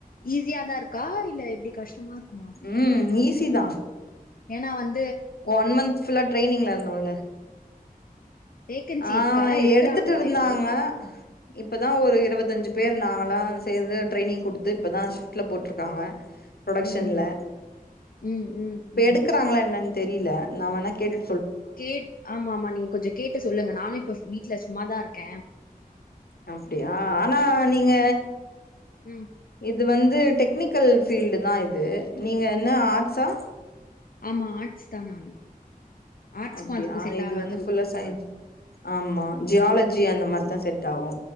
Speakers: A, on the left (about 65°); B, on the left (about 85°).
A: ஈஸியா தா இருக்கா இல்ல எப்டி கஷ்டமா இருக்குமா
B: ம் ஈஸ் சிதா
A: ஏன்னா வந்
B: ஒன் மந்த் ஃபுல்லா ட்ரெய்னிங்ல இருந்தோல
A: வேகன்சி
B: ஆ
A: இருக்கா எடுக்கறாங்களா
B: எடுத்துட்டுர்ந்தாங்க
A: இப்போ
B: இப்ப தா ஒரு இருவத்தஞ்சு பேர் நாங்களா சேந்து ட்ரெய்னிங் குடுத்து இப்ப தா ஷிஃப்ட்ல போட்ருக்காங்க ப்ரொடக்ஷன்ல
A: ம் ம் ம் ம்
B: எடுக்றாங்ளா என்னன் தெரில நா வேணா கேட்டு
A: கேட் ஆம்மா ஆம்மா நீங் கொஞ்சோ கேட்டு சொல்லுங்க நானு இப்ப வீட்ல சும்மாதா இருக்க
B: அப்டியா ஆனா நீங்க
A: ம்
B: இது வந்து டெக் னிக்கல் ஃபீல்ட்டு தா இது நீங்க என்ன ஆட்ஸா
A: ஆமா ஆட்ஸ் தா நானு ஆர்ட்ஸ்க்கு
B: அப்டியா
A: அதுக்கு செட்
B: இது
A: ஆவாதோ
B: வந்து ஃபுல்லா சயின்ஸ் ஆம்மா ஜியால ஜி அந்த மாரி தா செட் ஆவு